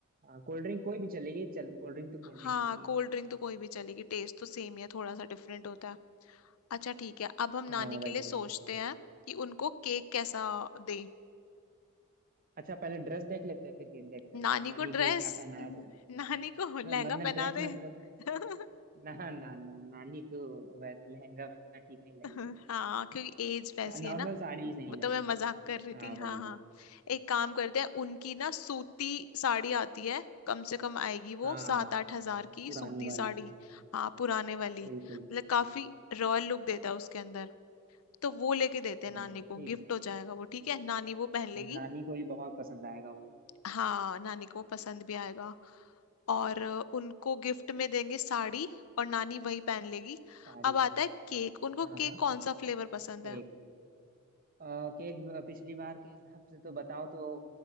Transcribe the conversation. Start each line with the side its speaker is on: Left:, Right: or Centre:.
Right: हाँ कोल्ड ड्रिंक कोई भी चलेगी चल कोल्ड ड्रिंक तो कोल्ड ड्रिंक
Left: हाँ
Right: होती
Left: कोल्ड
Right: है
Left: ड्रिंक तो कोई भी चलेगी टेस्ट तो सेम ही है थोड़ा सा डिफरेंट होता है अच्छा ठीक है अब हम
Right: हाँ
Left: नानी
Right: वही
Left: के लिए सोचते
Right: वही
Left: हैं कि उनको केक कैसा दे
Right: अच्छा पहले ड्रेस देख लेते हैं फिर केक देखते
Left: नानी
Right: हैं नानी
Left: को ड्रेस
Right: को क्या पहनाया जाए
Left: नानी को लहंगा
Right: हाँ मतलब
Left: पहना
Right: ड्रेस
Left: दे
Right: मतलब
Left: <laughs>
Right: ना ना ना नानी तो वैसे लहंगा वगैरह ठीक नहीं
Left: <laughs>
Right: लगेगी
Left: हाँ क्योंकि एज वैसी
Right: नॉर्मल
Left: है ना
Right: साड़ी ही सही
Left: वो तो
Right: रहेगा
Left: मैं मजाक कर रही थी
Right: हाँ
Left: हाँ
Right: वही
Left: हाँ एक काम करते हैं उनकी ना सूती साड़ी आती है कम से कम आएगी वो
Right: हाँ
Left: सात आठ हजार की
Right: पुरानी
Left: सूती
Right: वाली
Left: साड़ी हाँ पुराने वाली
Right: बिल्कुल
Left: मतलब काफी रॉयल लुक देता है उसके अंदर तो वो लेके देते
Right: हाँ
Left: हैं नानी को
Right: ठीक
Left: गिफ्ट
Right: है
Left: हो जाएगा वो ठीक है नानी वो पहन लेगी
Right: नानी को भी बहुत पसंद आएगा वो
Left: हाँ नानी को पसंद भी आएगा और अ, उनको गिफ्ट में देंगे साड़ी और नानी वही पहन लेगी
Right: साड़ी
Left: अब आता है केक उनको
Right: हाँ
Left: केक
Right: हाँ
Left: कौन सा फ्लेवर पसंद
Right: केक
Left: है
Right: अ, केक पिछली बार के हिसाब से तो बताओ तो